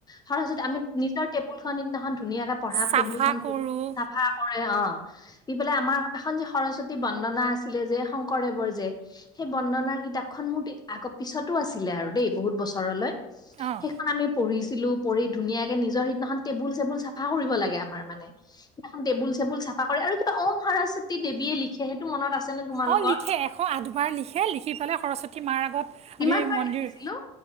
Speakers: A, on the left; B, on the right.
A: সৰস্বতী আমি নিজৰ টেবুল খন সিদিনাখন ধুনীয়াকে পঢ়া
B: চাফা
A: টেবুল খন
B: কৰোঁ
A: চাফা কৰে। অ'! দি পেলাই, আমাৰ এখন যি সৰস্বতী বন্দনা আছিলে যে। শংকৰদেৱৰ যে, সেই বন্দনাৰ কিতাপখন মোৰ আগত পিছতো আছিলে আৰু দেই বহুত বছৰলৈ।
B: অঁ
A: সেইখন আমি পঢ়িছিলোঁ। পঢ়ি ধুনীয়াকে নিজৰ সিদিনাখন টেবুল চেবুল চাফা কৰিব লাগে আমাৰ। মানে, সেদিনাখন টেবুল চেবুল চাফা কৰে আৰু কিবা ওম সৰস্বতী দেৱীয়ে লিখে সেইটো মনত আছে। নে তোমালোকৰ
B: অ'! লিখে। এশ আঠবাৰ লিখে, লিখি পিলে সৰস্বতী মাৰ আগত
A: কিমান
B: আমি,
A: বাৰ
B: মন্দিৰ
A: লিখিছিলো